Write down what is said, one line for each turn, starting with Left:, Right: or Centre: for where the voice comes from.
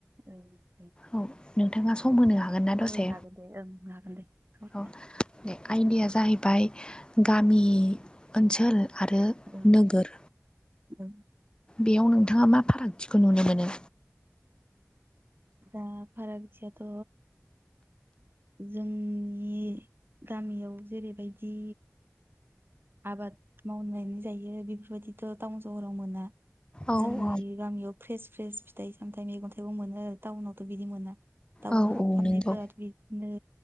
Right: ओं
Left: औ नोंथाङा सम होनो हागोन ना
Right: सावरायनो
Left: दसे
Right: हागोन दे ओं हागोन दे साव
Left: औ दे आयदाया जाहैबाय गामि ओनसोल आरो
Right: ओं
Left: नोगोर
Right: ओं
Left: बेयाव नोंथाङा मा फारागथिखौ नुनो मोनो
Right: दा फाराग थियाथ' जोंनि गामियाव जेरैबायदि आबाद मावनानै जायो बेफोरबायदिथ' टाउन सहराव मोना
Left: औ
Right: जोंनि
Left: औ
Right: गामियाव फ्रेस फ्रेस फिथाइ सामथाइ मैगं थाइगं मोनो आरो टाउनावथ' बिदि मोना टाउनाव
Left: औ औ
Right: फाननायफो
Left: नंगौ
Right: रा बिदिनो